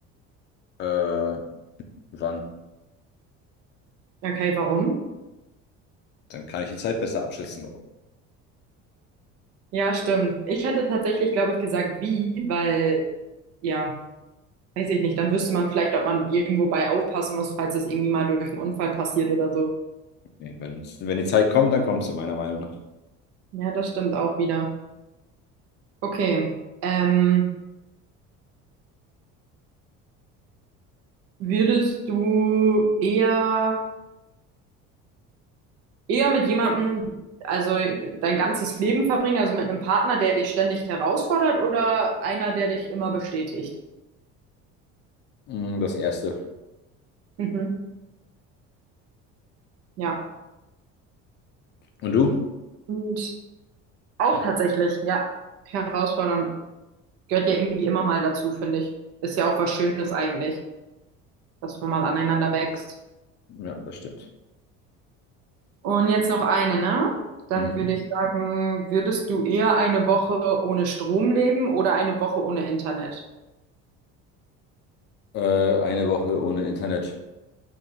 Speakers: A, on the left (about 35°); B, on the right (about 55°).
A: Äh, wann?
B: Okay, warum?
A: Dann kann ich die Zeit besser abschätzen.
B: Ja, stimmt. Ich hätte tatsächlich, glaube ich, gesagt, wie, weil, ja, weiß ich nicht, dann wüsste man vielleicht, ob man irgendwo bei aufpassen muss, falls es irgendwie mal durch einen Unfall passiert oder so.
A: Nee, wenn, wenn die Zeit kommt, dann kommt sie meiner Meinung nach.
B: Ja, das stimmt auch wieder. Okay. Ähm, würdest du eher, eher mit jemandem, also dein ganzes Leben verbringen, also mit einem Partner, der dich ständig herausfordert oder einer, der dich immer bestätigt?
A: Mm, Das erste.
B: Mhm. Ja.
A: Und du?
B: Und auch tatsächlich, ja, herausfordernd. Gehört ja irgendwie immer mal dazu, finde ich. Ist ja auch was Schönes eigentlich, dass man mal aneinander wächst.
A: Ja, das stimmt.
B: Und jetzt noch eine, ne? Dann
A: Mhm.
B: würde ich sagen, würdest du eher eine Woche ohne Strom leben oder eine Woche ohne Internet?
A: Äh, eine Woche ohne Internet.